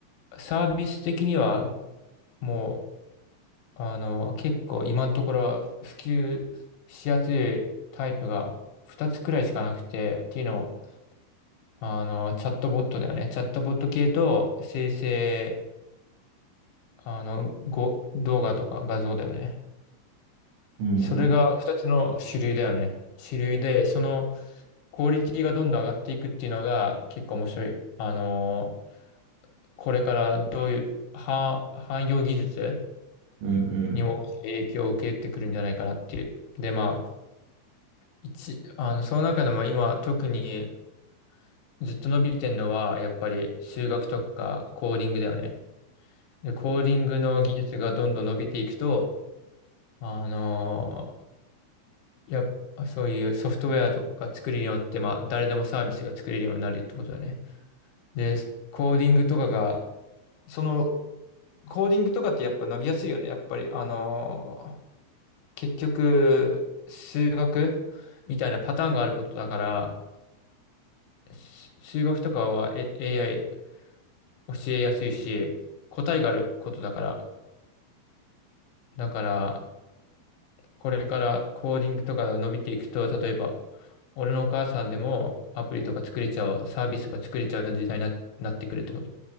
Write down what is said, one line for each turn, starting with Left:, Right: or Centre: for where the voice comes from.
Left: サービス的には、もう、あの、結構今のところ普及しやすいタイプが2つくらいしかなくて、っていうのも、あの、チャットボットだよね。チャットボット系と生成、あの、ご、動画とか画像だよね。
Right: うんうん
Left: それが2つの主流だよね。主流で、そのクオリティがどんどん上がっていくっていうのが結構面白い。あの、これからどういう、は、汎用技術
Right: うんうん。
Left: にも大きく影響を受けてくるんじゃないかなっていう。で、まあ、一、あの、その中でも今特にずっと伸びてるのは、やっぱり数学とかコーディングだよね。で、コーディングの技術がどんどん伸びていくと、あのーやっぱそういうソフトウェアとか作れるようになって、まあ、誰でもサービスが作れるようになるってことだね。で、コーディングとかが、その、コーディングとかってやっぱ伸びやすいよね。やっぱり、あの結局、数学みたいなパターンがあることだから、す数学とかは、え AI 教えやすいし、答えがあることだから、だから、これからコーディングとかが伸びていくと、例えば、俺のお母さんでもアプリとか作れちゃう、サービスとか作れちゃう時代にな、なってくるってこと